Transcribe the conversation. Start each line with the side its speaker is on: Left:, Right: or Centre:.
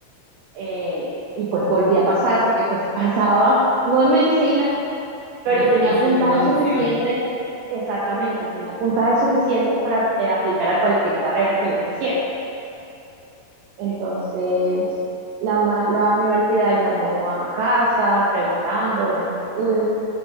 Right: eh, y pues volví a pasar porque pues <laughs> pasaba, no en medicina, pero
Left: Pero sí
Right: tenía
Left: las segundas
Right: puntajes
Left: opciones.
Right: suficientes, exactamente, tenía puntajes suficientes para eh, aplicar a cualquier carrera que yo quisiera. Entonces,
Left: Eh,
Right: la, ma- la universidad llamó a casa preguntando las inquietudes